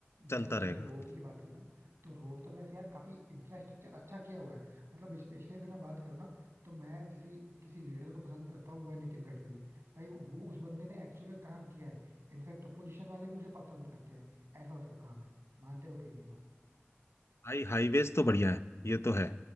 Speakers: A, on the right; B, on the left.
A: जैसे
B: चलता
A: तुमने
B: रहेगा
A: रोड की बात की ना तो रोड तो वैसे यार काफी इंफ्रास्ट्रक्चर अच्छा किया हुआ है मतलब स्पेशली अगर मैं बात करूँ ना तो मैं जिसी किसी लीडर को पसंद करता हूँ वो है नितिन गडकरी भाई वो उस बंदे ने एक्चुअली काम किया है इनफैक्ट अपोजिशन वाले भी उसे पसंद करते हैं ऐसा उसका काम है मानते हो कि नहीं ये बात
B: भाई हाईवेज तो बढ़िया है ये तो है